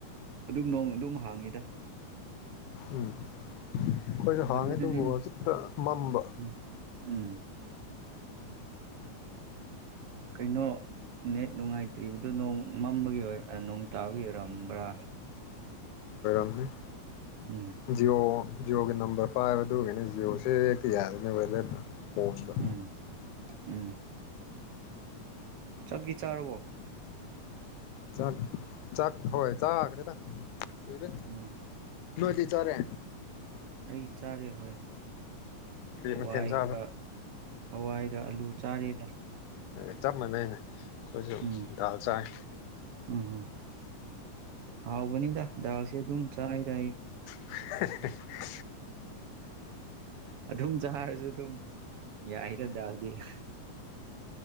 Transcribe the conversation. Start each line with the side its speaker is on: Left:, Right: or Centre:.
Right: ꯑꯗꯨꯝ ꯅꯣꯡ ꯑꯗꯨꯝ ꯍꯥꯡꯉꯤꯗ
Left: ꯎꯝ ꯑꯩꯈꯣꯏꯁꯨ ꯍꯥꯡꯉꯤ
Right: ꯑꯗꯨꯗꯅꯤ
Left: ꯑꯗꯨꯕꯨ ꯍꯧꯖꯤꯛꯇ ꯃꯝꯕ
Right: ꯎꯝ ꯎꯝ ꯀꯩꯅꯣ ꯅꯦꯠ ꯅꯨꯡꯉꯥꯏꯇ꯭ꯔꯤꯕꯗꯨ ꯅꯣꯡ ꯃꯝꯕꯒꯤ ꯅꯣꯡ ꯇꯥꯕꯒꯤ ꯑꯣꯏꯔꯝꯕ꯭ꯔꯥ
Left: ꯝꯅꯤ
Right: ꯎꯝ
Left: ꯖꯤꯑꯣ ꯖꯤꯑꯣꯒꯤ ꯅꯝꯕꯔ ꯄꯥꯏꯕ ꯑꯗꯨꯒꯤꯅꯦ ꯖꯤꯌꯑꯣꯁꯦ ꯍꯦꯛꯛꯇ ꯌꯥꯗꯅꯦ ꯋꯦꯗꯔꯗ ꯐꯣꯟꯗ
Right: ꯎꯝ ꯎꯝ ꯆꯞꯕꯤ ꯆꯥꯔꯕꯣ
Left: ꯆꯥꯛ ꯆꯥꯛ ꯍꯣꯏ ꯆꯥꯈ꯭ꯔꯦꯗ ꯀꯨꯏꯔꯦ
Right: ꯎꯝ
Left: ꯗꯤ ꯆꯔꯦ
Right: ꯑꯩ ꯆꯥꯔꯦ ꯍꯣꯏ
Left: ꯀꯔꯤ
Right: ꯍꯋꯥꯏꯒ
Left: ꯃꯊꯦꯜ ꯆꯥꯕ
Right: ꯍꯋꯥꯏꯒ ꯑꯂꯨ ꯆꯥꯔꯦꯗ
Left: ꯑ ꯆꯞ ꯃꯥꯟꯅꯩꯅ ꯑꯩꯈꯣꯏꯁꯨ
Right: ꯎꯝ
Left: ꯗꯥꯜ ꯆꯥꯏ
Right: ꯎꯝ ꯎꯝ ꯍꯥꯎꯕꯅꯤꯗ ꯗꯥꯁꯦ ꯑꯗꯨꯝ ꯆꯥꯏꯔꯏ
Left: <inaudible>
Right: ꯑꯗꯨꯝ ꯆꯔꯁꯨ ꯑꯗꯨꯝ ꯌꯥꯏꯗꯗꯥꯗꯤ ꯎ